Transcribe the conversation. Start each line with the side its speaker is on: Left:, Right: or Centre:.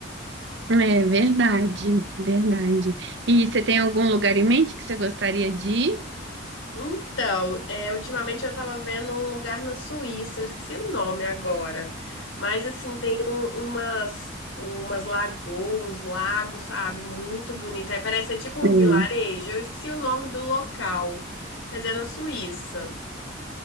Right: É verdade, verdade. E você tem algum lugar em mente que você gostaria de ir?
Left: Então, é, ultimamente eu tava vendo um lugar na Suíça, eu esqueci o nome agora, mas assim, tem um- umas, umas lagoas, uns lagos, sabe? Muito bonito. Aí parece ser tipo um
Right: Hum,
Left: vilarejo, eu esqueci o nome do local, mas é na Suíça.